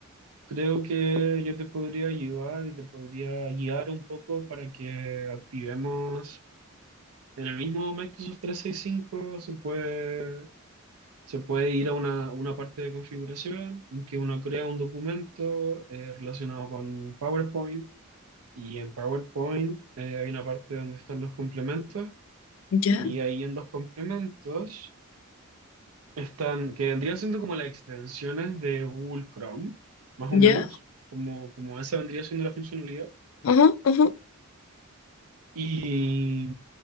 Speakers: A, on the right; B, on the left.
A: creo que yo te podría ayudar y te podría guiar un poco para que activemos en el mismo Microsoft trescientos sesenta y cinco se puede, se puede ir a una, una parte de configuración en que uno crea un documento eh, relacionado con PowerPoint. Y en PowerPoint eh, hay una parte donde están los complementos
B: Ya,
A: Y ahí en los complementos están, que vendrían siendo como las extensiones de Google Chrome, más
B: ya.
A: o menos, como, como esa vendría siendo la funcionalidad.
B: Ajá, ajá.
A: Y,